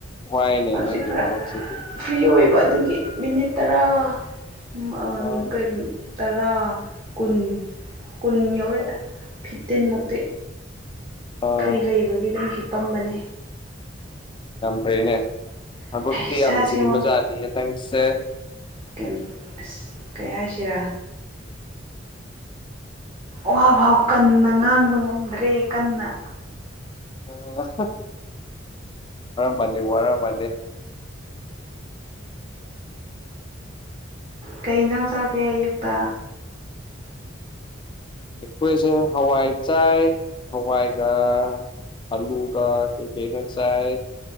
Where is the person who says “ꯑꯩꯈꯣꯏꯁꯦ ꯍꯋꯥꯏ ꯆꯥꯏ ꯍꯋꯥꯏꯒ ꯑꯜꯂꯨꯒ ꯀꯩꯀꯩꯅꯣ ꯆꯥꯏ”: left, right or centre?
Left